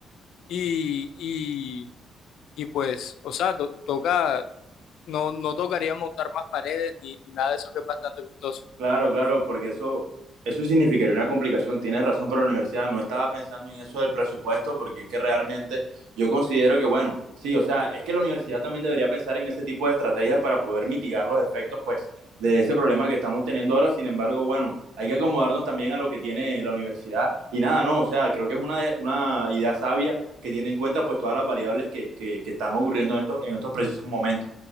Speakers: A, on the left (about 70°); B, on the right (about 75°).
A: y, y, y pues, o sea, to- toca, no, no tocaría montar más paredes ni, ni nada de eso que es bastante costoso.
B: Claro, claro, porque eso, eso significaría una complicación. Tienes razón, pero la universidad no estaba pensando en eso del presupuesto, porque es que realmente yo considero que, bueno, sí, o sea, es que la universidad también debería pensar en ese tipo de estrategias para poder mitigar los efectos, pues, de ese problema que estamos teniendo ahora. Sin embargo, bueno, hay que acomodarnos también a lo que tiene la universidad. Y nada, no, o sea, creo que es una, una idea sabia que tiene en cuenta, pues, todas las variables que, que, que están ocurriendo en estos, en estos precisos momentos.